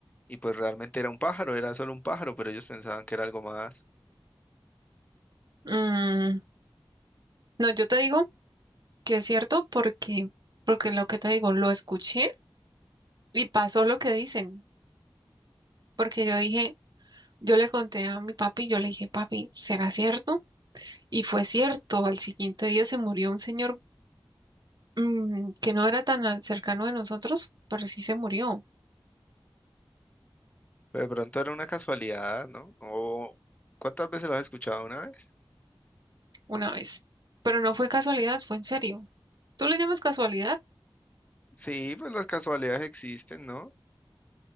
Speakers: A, on the left; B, on the right.
A: Y pues realmente era un pájaro, era solo un pájaro, pero ellos pensaban que era algo más.
B: Mm, no, yo te digo que es cierto porque, porque lo que te digo, lo escuché y pasó lo que dicen, porque yo dije, yo le conté a mi papi, yo le dije, papi, ¿será cierto? Y fue cierto, al siguiente día se murió un señor mm, que no era tan al- cercano de nosotros, pero sí se murió
A: Pero de pronto era una casualidad, ¿no? O ¿cuántas veces lo has escuchado una vez?
B: una vez, pero no
A: Mm,
B: fue casualidad, fue en serio. ¿Tú le llamas casualidad?
A: Sí, pues las casualidades existen, ¿no?